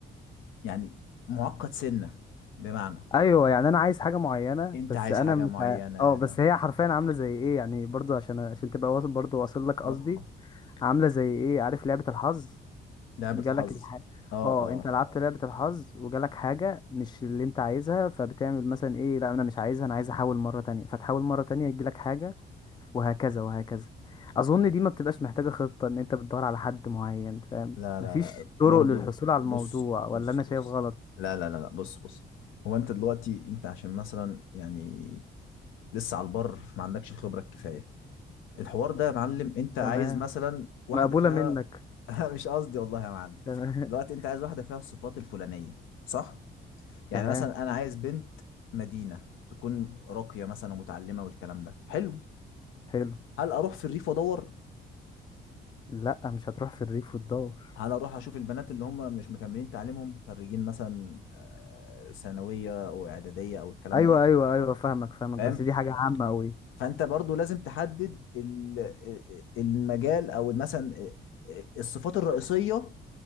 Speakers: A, on the left; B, on the left.
A: يعني معقد سنة بمعنى
B: ايوه يعني انا عايز حاجه معينه
A: انت
B: بس
A: عايز
B: انا
A: حاجة
B: مش
A: معينة
B: ع- اه بس هي حرفيا عامله زي ايه يعني برضو عشان عشان تبقى واصل برضو واصل لك قصدي
A: اه
B: عامله زي ايه عارف لعبه الحظ
A: لعبة
B: جالك
A: الحظ
B: الح...
A: اه
B: اه انت
A: اه
B: لعبت لعبة الحظ وجالك حاجة مش اللي انت عايزها فبتعمل مثلا ايه لا انا مش عايزها انا عايز احاول مرة تانية فتحاول مرة تانية يجيلك حاجة وهكذا وهكذا اظن دي ما بتبقاش محتاجة خطة ان انت بتدور على حد معين فاهم
A: لا
B: مفيش
A: لا لا
B: طرق
A: برضو
B: للحصول على
A: بص
B: الموضوع
A: بص
B: ولا انا
A: بص
B: شايف غلط
A: لا لا لا لا بص بص هو انت دلوقتي انت عشان مثلا يعني لسه على البر فما عندكش الخبرة الكفاية الحوار ده يا معلم انت عايز
B: تمام
A: مثلا واحدة
B: مقبولة
A: فيها
B: منك
A: <laughs> مش قصدي والله يا معلم
B: تمام
A: دلوقتي
B: <laughs>
A: انت عايز واحدة فيها الصفات الفلانية صح؟ يعني
B: تمام
A: مثلا انا عايز بنت مدينة تكون راقية مثلا ومتعلمة والكلام ده حلو
B: حلو
A: هل اروح في الريف وادور
B: لا مش هتروح في الريف وتدور
A: هل اروح اشوف البنات اللي هم مش مكملين تعليمهم خريجين مثلا آه، ثانويه او اعداديه او الكلام
B: ايوه
A: ده
B: ايوه ايوه فاهمك فاهمك
A: فاهم
B: بس دي حاجة
A: ف-
B: عامة قوي
A: فانت برضو لازم تحدد ال- آه، المجال او مثلا آه، آه، الصفات الرئيسيه